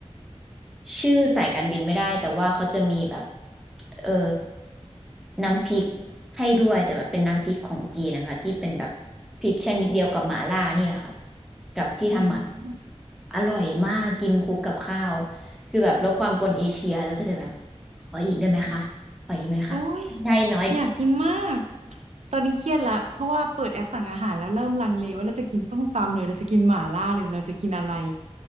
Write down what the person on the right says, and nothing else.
อืม
โอ้ยอยากกินมากตอนนี้เครียดแล้วเพราะว่าเปิดแอปสั่งอาหารแล้วเริ่มลังเลว่าเราจะกินส้มตำหรือเราจะกินหม่าล่าหรือเราจะกินอะไร